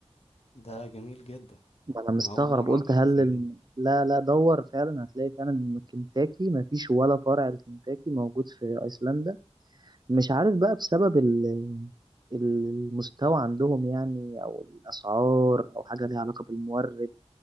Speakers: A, on the left; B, on the right.
A: ده جميل جدا
B: ما انا مستغرب
A: أنا أول مرة
B: قلت
A: أعرف حاجة
B: هل
A: زي
B: الم...
A: دي
B: لا لا دور فعلا هتلاقي فعلا ان كنتاكي ما فيش ولا فرع لكنتاكي موجود في ايسلندا مش عارف بقى بسبب ال... المستوى عندهم يعني او الاسعار او حاجه ليها علاقه بالمورد